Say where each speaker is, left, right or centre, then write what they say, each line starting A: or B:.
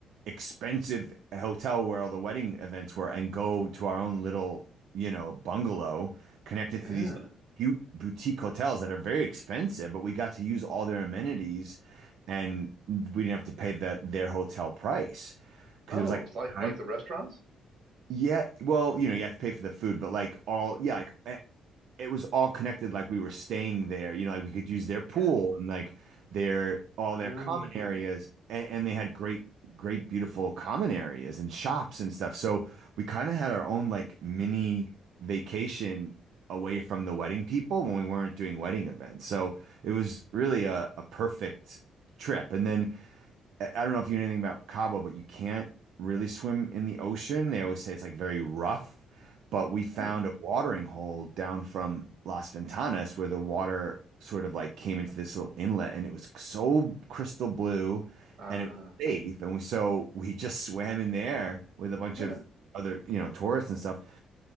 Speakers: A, on the right (about 75°); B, on the right (about 60°).
A: expensive hotel where all the wedding events were and go to our own little, you know, bungalow connected
B: yeah.
A: to these bu- boutique hotels that are very expensive, but we got to use all their amenities and we didn't have to pay the, their hotel price because
B: Oh,
A: it was like
B: it's like
A: time.
B: like the restaurants.
A: Yeah, well, you know, you have to pay for the food, but like all, yeah, like a- it was all connected like we were staying there you know like we could use their pool
B: Yeah.
A: and like their all
B: Ah.
A: their common areas and, and they had great great beautiful common areas and shops and stuff so we kind of had our own like mini vacation away from the wedding people when we weren't doing wedding events so it was really a, a perfect trip and then I I don't know if you know anything about Cabo, but you can't really swim in the ocean. They always say it's like very rough, but we found
B: Huh.
A: a watering hole down from Las Ventanas where the water sort of like came into this little inlet and it was so crystal blue
B: Ah.
A: and it was safe. And we, so we <laughs> just swam in there with a bunch
B: yeah.
A: of other, you know, tourists and stuff.